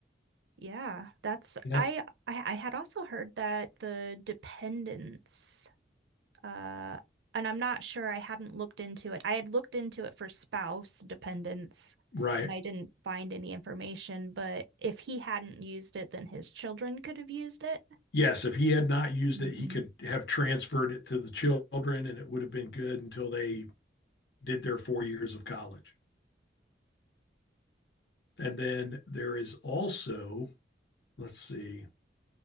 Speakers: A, on the right (about 75°); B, on the left (about 65°).
A: Yeah, that's
B: Yep,
A: I, I I had also heard that the dependents Uh, and I'm not sure I hadn't looked into it. I had looked into it for spouse dependents
B: right.
A: and I didn't find any information, but if he hadn't used it, then his children could have used it.
B: Yes, if he had not used
A: hmm
B: it, he could have transferred it to the children, and it would have been good until they did their four years of college. And then there is also, let's see.